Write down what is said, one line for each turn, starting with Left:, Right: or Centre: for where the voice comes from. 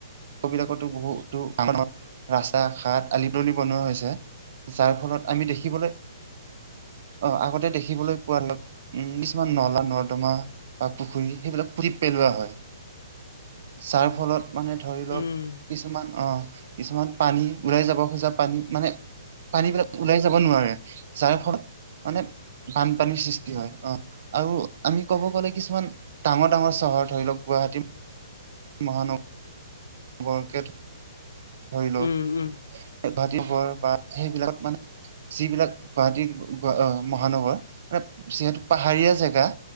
Right: বিলাকতো বহুতো <unintelligible> ৰাস্তা ঘাট, আলি তলি বনোৱা হৈছে। যাৰ ফলত আমি দেখিবলে অ, আগতে দেখিবলৈ পোৱা ন উম, কিছুমান নলা নৰ্দমা বা পুখুৰী সেইবিলাক পুতি পেলোৱা হয়। যাৰ ফলত মানে ধৰি লওক,
Left: উম
Right: কিছুমান অ কিছুমান পানী ওলাই যাব খোজা পানী মানে, পানী বিলাক ওলাই যাব নোৱাৰে, যাৰ ফলত মানে বানপানীৰ সৃষ্টি হয়, অ। আৰু আমি ক'ব গ'লে কিছুমান ডাঙৰ ডাঙৰ চহৰ ধৰি লওক গুৱাহাটী, মহানগ গৰকে ধৰি লওক,
Left: উম উম
Right: <unintelligible> সেইবিলাক মানে যিবিলাক গুৱাহাটী মহানগৰ মানে যিহেতু পাহাৰীয়া জেগা,